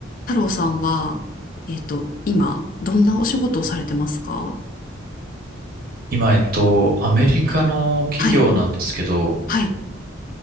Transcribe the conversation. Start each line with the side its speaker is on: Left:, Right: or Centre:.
Left: 太郎さんは、えっと、今、どんなお仕事をされてますか
Right: 今、えっと、アメリカの企業なんですけど、
Left: はい。はい。